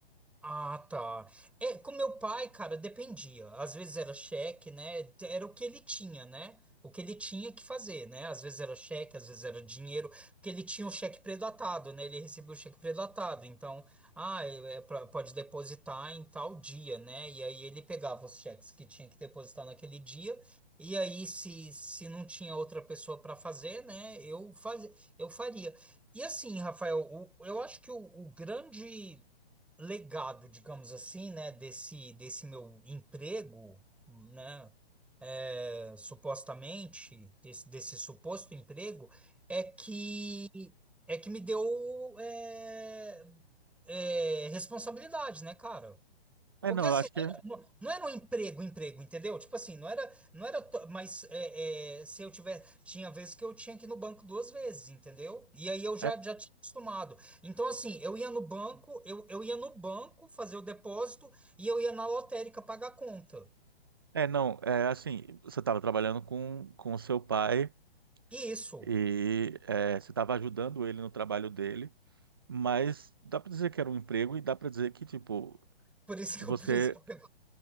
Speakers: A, in the centre; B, on the right.
A: Ah, tá. É, com meu pai, cara, dependia. Às vezes era cheque, né? Era o que ele tinha, né? O que ele tinha que fazer, né? Às vezes era cheque, às vezes era dinheiro, porque ele tinha o cheque pré-datado, né? Ele recebeu o cheque pré-datado. Então, ah, é é pra- pode depositar em tal dia, né? E aí ele pegava os cheques que tinha que depositar naquele dia. E aí, se, se não tinha outra pessoa para fazer, né? Eu faz, eu faria. E assim, Rafael, o- eu acho que o o grande legado, digamos assim, né, desse, desse meu emprego, né, é, supostamente, desse, desse suposto emprego, é que é que me deu é, é, responsabilidade, né, cara?
B: É,
A: Porque
B: não,
A: assim,
B: eu acho que.
A: não era, não- não era um emprego, emprego, entendeu? Tipo assim, não era, não era, to- mas é, é, se eu tiver, tinha vezes que eu tinha que ir no banco duas vezes, entendeu? E aí eu já,
B: É,
A: já tinha acostumado. Então assim, eu ia no banco, eu, eu ia no banco fazer o depósito e eu ia na lotérica pagar a conta.
B: é não, é assim, você estava trabalhando com, com o seu pai
A: Isso.
B: e é, você estava ajudando ele no trabalho dele, mas dá para dizer que era um emprego e dá para dizer que, tipo,
A: Por isso
B: você.
A: que eu, por isso que eu...